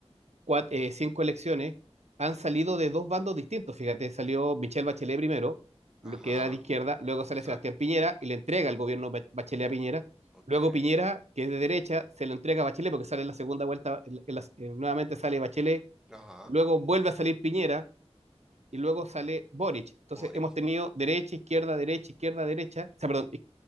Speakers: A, on the right (about 80°); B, in the centre.
A: cua- eh, cinco elecciones, han salido de dos bandos distintos. Fíjate, salió Michelle Bachelet primero,
B: ajá,
A: lo que era de izquierda, luego sale
B: exacto.
A: Sebastián Piñera y le entrega el gobierno Ba- Bachelet a Piñera.
B: Ok.
A: Luego Piñera, que es de derecha, se lo entrega a Bachelet porque sale en la segunda vuelta, en la- en la- eh, nuevamente sale Bachelet,
B: Ajá,
A: luego vuelve a salir Piñera y luego sale Boric. Entonces
B: Boric.
A: hemos tenido derecha, izquierda, derecha, izquierda, derecha, o sea, perdón, iz-